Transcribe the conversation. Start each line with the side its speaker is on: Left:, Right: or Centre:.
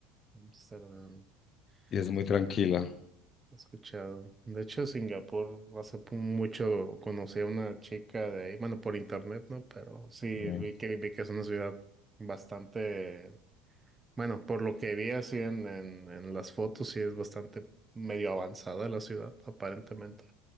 Right: Amsterdam,
Left: y es muy
Right: sí,
Left: tranquila.
Right: he escuchado. De hecho, Singapur hace pu- mucho conocí a una chica de ahí, bueno, por internet, ¿no? Pero sí,
Left: Eh,
Right: vi que, vi que es una ciudad bastante, bueno, por lo que vi así en, en, en las fotos, sí es bastante medio avanzada la ciudad, aparentemente.